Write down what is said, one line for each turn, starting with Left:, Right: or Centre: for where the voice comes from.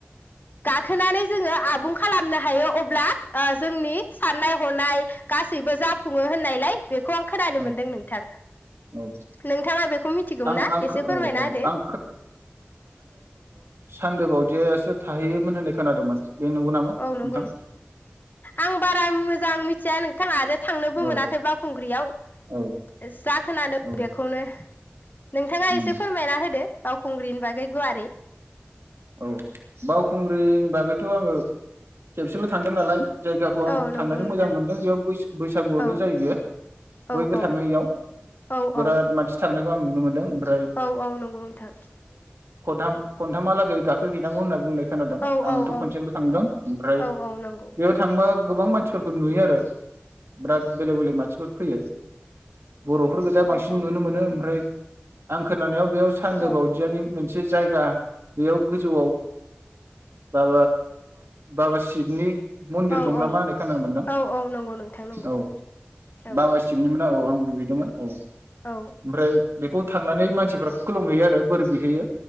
Left: गाखोनानै जोङो आबुं खालामनो हायो अब्ला ओ जोंनि साननाय गासैबो जाफुङो होननायलाय बेखौ आं खोनानो
Right: औ
Left: मोनदों नोंथां
Right: औ
Left: नोंथाङा बेखौ मिथिगौना
Right: आं आं खो
Left: एसे फोरमायना
Right: औ औ
Left: होदो
Right: आं सानदोबावदियासो थाहैयोमोन होननाय खोनादोंमोन बे नंगौ नामा
Left: औ नंगौ
Right: नोंथां
Left: आं बारा मोजां मि थिया नोंथां आरो थांनोबो
Right: औ
Left: मोनाखै बावखुंग्रियाव
Right: औ
Left: जा खोनादों
Right: औ
Left: बेखौनो नोंथाङा
Right: उम
Left: एसे फोरमायना होदो बावखुंग्रिनि बागै गुवारै
Right: औ बावखुंग्रिनि बागैथ' आङो खेबसेल' थांदों नालाय जायगाखौ आं
Left: औ
Right: थांनानै
Left: नंगौ नोंथां
Right: मोजां मोनदों बेयाव बै बैसागुआवनो
Left: औ
Right: जायो बे
Left: औ
Right: बयबो
Left: औ
Right: थाङो इयाव
Left: औ
Right: बिराद
Left: औ
Right: मानसि थांनो बेखौ आं नुनो मोनदों ओमफ्राय
Left: औ औ नंगौ नोंथां
Right: खनथाम खनथामहालागै गाखौ हैनांगौ होनना बुंनाय खोनादों
Left: औ
Right: आंथ'
Left: औ औ
Right: खनसेल' थांदों ओमफ्राय
Left: औ औ नंगौ
Right: बेयाव थांबा गोबां मानसिफोरखौ नुयो आरो बिराद बेलेग बेलेग मानसिफोर फैयो बर'फोर गोजा
Left: औ
Right: बांसिन
Left: औ
Right: नुनो मोनो ओमफ्राय आं खोनानायाव बेयाव सान्दो
Left: औ
Right: बावदियानि मोनसे जायगा बेयाव गोजौआव ब बाबा शिबनि मन्दिर
Left: औ
Right: दं
Left: औ
Right: नामा होननाय खोनानो मोनदों
Left: औ औ नंगौ नोंथां नंगौ
Right: औ
Left: औ
Right: बाबा सिबनिमोन औ आं बे दङा औ ओमफ्राय
Left: औ
Right: बेखौ थांनानै मानसिफ्रा खुलुमहैयो आरो बोर बिहैयो